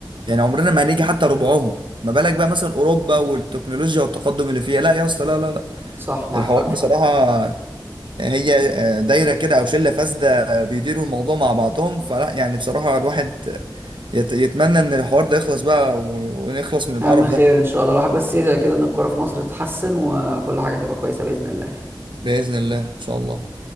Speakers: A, on the right (about 80°); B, on the right (about 30°).
A: يعني عمرنا ما هنيجي حتى ربعهم ما بالك بقى مثلا اوروبا والتكنولوجيا والتقدم اللي فيها لا يا اسطى لا لا لا
B: صح معاك
A: الحوار
B: حق
A: بصراحه
B: فعلا
A: هي آه، دايره كده او شله فاسده بيديروا الموضوع مع بعضهم فلا يعني بصراحه الواحد يت- يتمنى ان الحوار ده يخلص بقى و- ونخلص من القرف
B: يا عم خير
A: ده
B: ان شاء الله الواحد بس يدعي كده ان الكوره في مصر تتحسن وكل حاجه تبقى كويسه باذن الله
A: باذن الله ان شاء الله